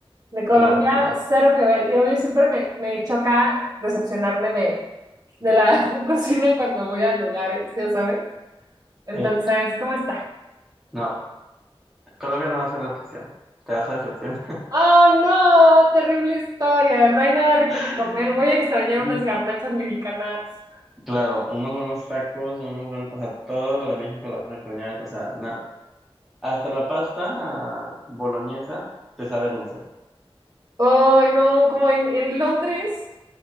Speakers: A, on the right; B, in the centre.
A: de Colombia
B: claro, claro.
A: cero que ver. Y hoy siempre me, me choca decepcionarme de, de la <laughs> cocina cuando voy a lugares, ya sabes. Entonces,
B: Sí,
A: ¿cómo está?
B: no, Colombia no va a ser la excepción. Te vas a decepcionar.
A: Oh, no, terrible historia. No hay nada rico
B: <laughs>
A: que comer. Voy a extrañar
B: Mm,
A: unas garnachas mexicanas.
B: Claro, unos buenos tacos, unos buenos, o sea, todo lo de México lo vas a extrañar. O sea, nada hasta la pasta boloñesa te sabe dulce.
A: Oh, no, como en, en Londres,